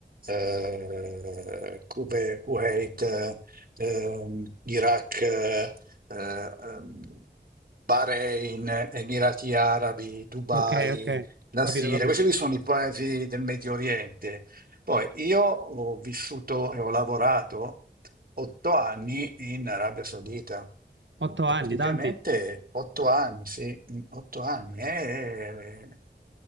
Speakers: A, on the right; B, on the right.
A: eh, Kuwe- Kuwait, ehm, Iraq, eh, ehm, Bahrain, Emirati Arabi, Dubai.
B: Ok, ok,
A: La
B: capito,
A: Siria,
B: capito.
A: questi qui sono i paesi del Medio Oriente. Poi io ho vissuto e ho lavorato otto anni in Arabia Saudita
B: Otto
A: e
B: anni,
A: praticamente
B: tanti?
A: otto anni, sì, mm, otto anni. eh,